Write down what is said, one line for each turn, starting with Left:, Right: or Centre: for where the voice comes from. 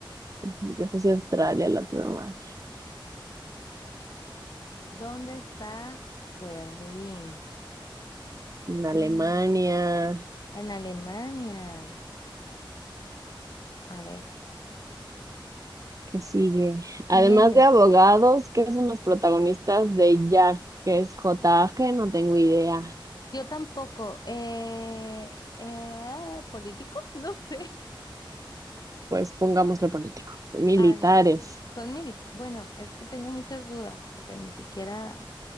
Right: Yo puse Australia, la tuve mal.
Left: ¿Dónde está Berlín?
Right: En Alemania.
Left: Ah, en Alemania. A ver,
Right: ¿Qué sigue?
Left: siguiente.
Right: Además de abogados, ¿qué son los protagonistas de Jack ¿Qué es J A G No tengo idea.
Left: Yo tampoco. Eh, eh, ¿políticos? <laughs> No sé.
Right: Pues pongámosle políticos. Militares.
Left: Ah, no, s- son militares. Bueno, es que tengo muchas dudas, o sea, ni siquiera,